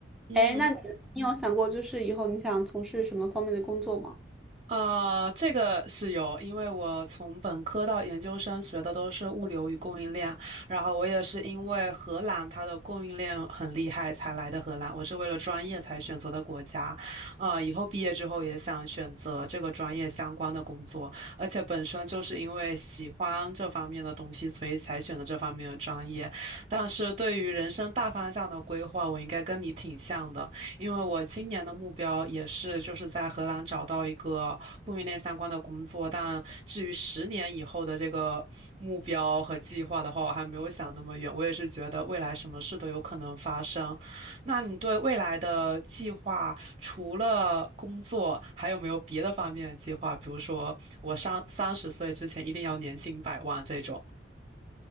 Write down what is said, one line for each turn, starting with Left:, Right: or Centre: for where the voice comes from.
Right: 嗯，
Centre: 哎，那你你有想过就是以后你想从事什么方面的工作吗？
Right: 啊，这个是有，因为我从本科到研究生学的都是物流与供应链，然后我也是因为荷兰它的供应链很厉害才来的荷兰，我是为了专业才选择的国家，啊、以后毕业之后也想选择这个专业相关的工作，而且本身就是因为喜欢这方面的东西，所以才选的这方面的专业。但是对于人生大方向的规划，我应该跟你挺像的。因为我今年的目标也是就是在荷兰找到一个供应链相关的工作，但至于十年以后的这个目标和计划的话，我还没有想那么远。我也是觉得未来什么事都有可能发生。那你对未来的计划，除了工作，还有没有别的方面的计划？比如说，我上三十岁之前一定要年薪百万这种。